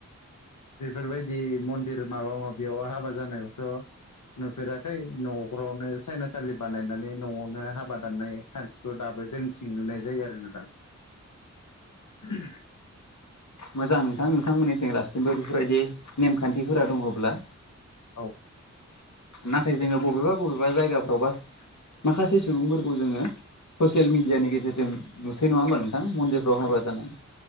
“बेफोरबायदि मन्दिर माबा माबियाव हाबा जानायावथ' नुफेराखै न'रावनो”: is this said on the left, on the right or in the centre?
Left